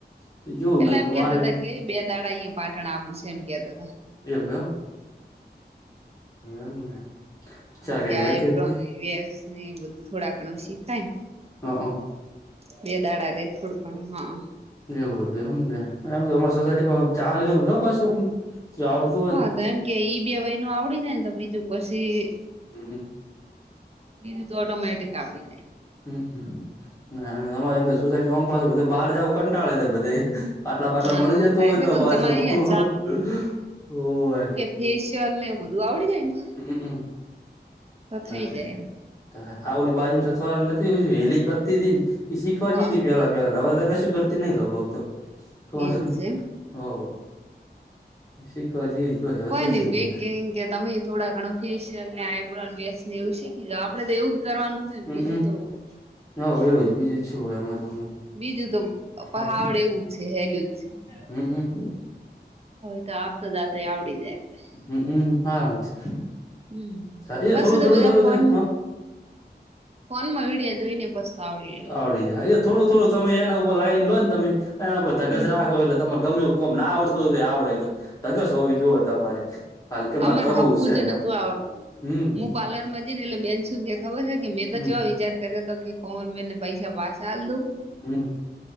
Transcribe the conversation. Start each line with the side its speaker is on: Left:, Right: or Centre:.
Left: તો જોવું
Right: એટલે
Left: ન
Right: એમ
Left: તો
Right: કેતા
Left: મારે
Right: હતા કે બે દાડા અહિં પાટણ આવુ છે એમ કેતા હતાા
Left: એવુ એમ એમને ચા
Right: કે
Left: યાદ
Right: આઈબ્રો
Left: કરી
Right: વેક્સ એ બધુ થોડા ઘણું શીખાય ને
Left: હ હ
Right: બે દાડા રે થોડુ પણ હા
Left: એવું હતું એમ ને એમ તો અમારા સોસાયટીમાં ચાલે એવું છે પાછું જો આવડતો
Right: હા તો એમ કે ઈ બે વય ન આવડી જાય ને તો બીજું પછી
Left: હમ
Right: બીજુ તો ઓટોમેટિક આવડી જાય
Left: હમ તમારે એમ સોસાયટીમા ઓમ પાસુ બહાર જવું કંટાળે બધાય બાટલા બાટલા
Right: હા
Left: મળી
Right: હા
Left: જતું
Right: થાય
Left: હોય
Right: એટલે
Left: તો
Right: કોણ
Left: પાછું
Right: તમારે અહીંયા
Left: હોય
Right: ફેશીયલ ને બધું આવડી જાય ને
Left: હમમ
Right: તો
Left: ત
Right: થઈ જાય એમ
Left: ત આ બાજુમ <unintelligible> નથી હેલી કરતી હતી ને એ શીખવા
Right: હા
Left: જઈ પેલા પાર બધા કશું કરતી નહી લઉભગ તો કોણ
Right: એવું છે એમ.
Left: હો શીખવા જેવી જ હવે
Right: કોઈ
Left: તો કશું
Right: નઈ
Left: નહી
Right: પિંકી કે તમે થોડા ઘણું ફેેશિયલ ને વેેેકસ ને એવું શીખી આપડે તો એવું જ કરવાનું છે ને
Left: હમ
Right: બીજું તો
Left: હવ એવું જ બીજું જ શું હોય એમાં તો
Right: બીજું તો પહ
Left: કોણ
Right: આવડે એવું જ છે સેલું છે
Left: હમ હમ
Right: હ એ તો આપતો જાતે આવડી જાય ભાઈ
Left: હમમ આરામથી
Right: હમ પછી
Left: થોડું
Right: તો
Left: થોડું
Right: બધા
Left: થોડું
Right: ફોન
Left: થાય
Right: ફોનમાં વિડિયા જોઈને પછ તો આવડી જાય
Left: આવડી જ હે થોડું થોડું તમે એના ઉપર લાઈન લોને તમે એના ઉપર ધગશ
Right: હમ
Left: રાખો તને ગમે કોમ ના આવડતું હો આવડે તો ધગસ હોવી જોવે તમારી ખાલી કે
Right: આમને
Left: મારે કરવું
Right: હપ્વું
Left: છે
Right: જ નતું
Left: એમ
Right: આવડતું
Left: હમ
Right: હું પાર્લરમાં જઈ ને એટલે બેન છું કે ખબર છે કે મેં
Left: હમ
Right: તો વિચાર કર્યો હતો કે કોમલબેન ને પૈસા પાસા આલ દવ
Left: હમ